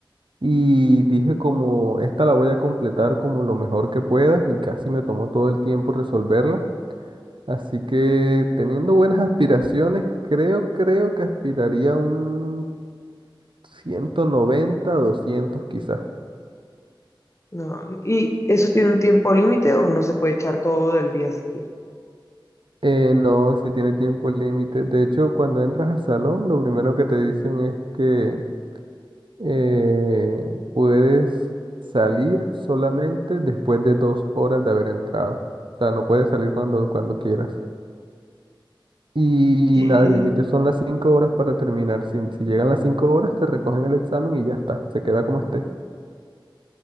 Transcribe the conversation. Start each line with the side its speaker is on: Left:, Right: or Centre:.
Right: y dije como esta la voy a completar como lo mejor que pueda y casi me tomó todo el tiempo resolverla. Así que teniendo buenas aspiraciones, creo, creo que aspiraría a un 190, 200 quizás.
Left: No, ¿y eso tiene un tiempo límite o uno se puede echar todo el día si quiere?
Right: Eh, no, si tiene tiempo límite. De hecho, cuando entras al salón, lo primero que te dicen es que eh, puedes salir solamente después de dos horas de haber entrado. O sea, no puedes salir cuando, cuando quieras. Y,
Left: ¿Qué?
Right: nada, el límite son las cinco horas para terminar. Si, si llegan las cinco horas, te recogen el examen y ya está. Se queda como esté.